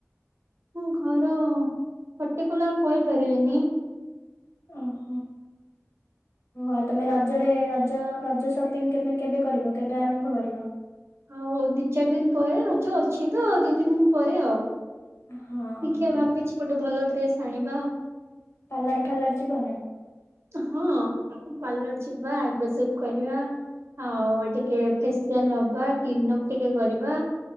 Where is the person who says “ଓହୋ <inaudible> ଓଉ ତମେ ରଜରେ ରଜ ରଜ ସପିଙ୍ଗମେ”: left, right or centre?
Left